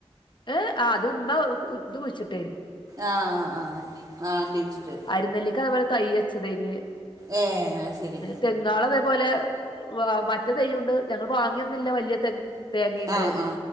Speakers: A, on the left (about 45°); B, on the right (about 35°).
A: ഏഹ് അത് ഇമ്മ ഇത് കുയിച്ചിട്ടേന്
B: ആഹ് ആഹ് ആഹ് ആഹ് ആണ്ടി വച്ചിട്ട്
A: അരിനെല്ലിക്ക അതുപോലെ തൈയ് വച്ചതെന്
B: ഏഹ് അത് ശരി
A: തേങ്ങാൾ അതേപോലെ മറ്റ തയ്യുണ്ട് ഞങ്ങൾ വാങ്ങിയൊന്നുല്ല വലിയ തേ തേങ്ങയുണ്ട്
B: ആ ആ